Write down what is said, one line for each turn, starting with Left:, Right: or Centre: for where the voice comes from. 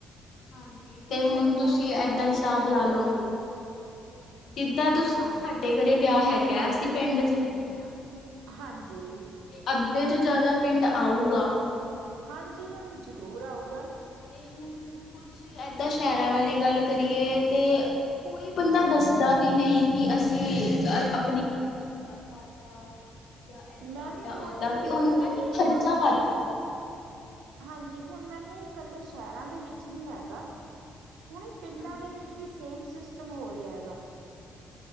Left: ਹਾਂਜੀ
Right: ਕਿਸੇ
Left: ਤੇ ਹੁਣ
Right: ਨੂੰ
Left: ਤੁਸੀਂ
Right: ਕੋਈ ਵੀ
Left: ਏਦਾਂ
Right: ਫ਼ਰਕ
Left: ਹਿਸਾਬ
Right: ਨਹੀਂ ਪੈਂਦਾ
Left: ਲਾ ਲਓ
Right: ਸੀ
Left: ਜਿੱਦਾਂ ਤੁਸੀਂ
Right: ਹਾਂ
Left: ਸਾਡੇ ਘਰੇ ਵਿਆਹ ਹੈਗੈ ਅਸੀਂ ਪਿੰਡ 'ਚ ਰੈਨੇ ਆਂ।
Right: ਹਾਂਜੀ
Left: ਅੱਧੇ ਤੋਂ ਜਾਦਾ ਪਿੰਡ ਆਊਗਾ।
Right: ਹਾਂਜੀ ਮੈਮ ਜ਼ਰੂਰ ਆਊਗਾ।
Left: ਤੇ ਹੁਣ ਕੁਛ ਏਦਾਂ ਸ਼ਹਿਰਾਂ ਵਾਲੀ ਗੱਲ ਕਰੀਏ ਤੇ ਕੋਈ ਬੰਦਾ
Right: ਹਾਂਜੀ
Left: ਦੱਸਦਾ ਵੀ ਨਈਂ ਕਿ ਅਸੀਂ ਅਪਣੀ ਕੁੜੀ ਦਾ ਵਿਆਹ ਕਰਤਾ। ਯਾ ਏਦਾਂ
Right: ਮੈਮ
Left: ਯਾ
Right: ਹੁਣ
Left: ਓਦਾਂ
Right: ਇਹ
Left: ਕੀ ਉਹਨੂੰ
Right: ਇਕੱਲੇ
Left: ਕੈਹ ਕਿ ਖਰਚਾ
Right: ਨਾ
Left: ਬਚ ਜਊਗਾ।
Right: ਹਾਂਜੀ ਹੁਣ ਮੈਮ ਏ ਕੱਲੇ ਸ਼ਹਿਰਾਂ ਦੇ ਵਿੱਚ ਨਈ ਹੈਗਾ। ਹੁਣ ਏ ਪਿੰਡਾਂ
Left: ਹਾਂਜੀ
Right: ਦੇ ਵਿੱਚ ਵੀ ਸੇਮ ਸਿਸਟਮ ਹੋ ਰਿਆ ਹੈਗਾ।